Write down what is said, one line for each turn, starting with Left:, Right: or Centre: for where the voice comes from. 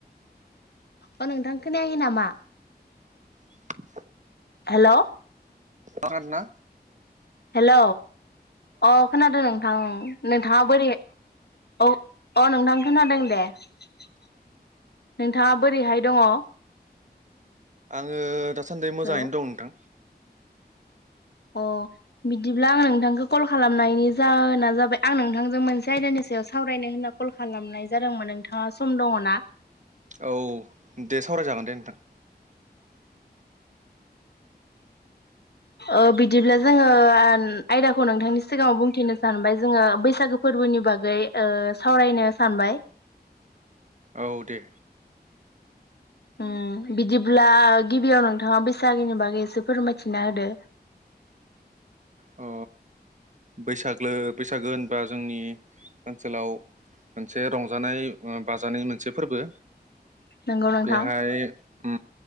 Left: अ नोंथां खोनायाखै नामा
Right: <unintelligible>
Left: हेल'
Right: खोनादोंना?
Left: हेल' अ खोनादो नोंथां नोंथाङा बोरै औ। अ नोंथां खोनादों दे नोंथाङा बोरैहाय दङ?
Right: आङो दासान्दि
Left: हेल'
Right: मोजाङैनो दं नोंथां।
Left: अ बिदिब्ला आं नोंथांखौ कल खालामनायनि जाहोना जाबाय आं नोंथांजों मोनसे आयदानि सायाव सावरायनो होनना कल खालामनाय जादोंमोन नोंथाङा सम दङ ना?
Right: औ दे सावरायजागोन दे नोंथां।
Left: ओम बिदिब्ला जोङो आयदाखौ नोंथांनि सिगाङाव बुंथिनो सानबाय जोङो बैसागो फोरबोनि बागै ओ सावरायनो सानबाय।
Right: औ दे।
Left: ओम बिदिब्ला गिबियाव नोंथाङा बैसागोनि बागैसो फोरमायथिना होदो।
Right: अ बैसाग्लो बैसागो होनबा जोंनि ओनसोलाव मोनसे रंजानाय बाजानाय मोनसे फोरबो।
Left: नंगौ नोंथां
Right: बेहाय ओ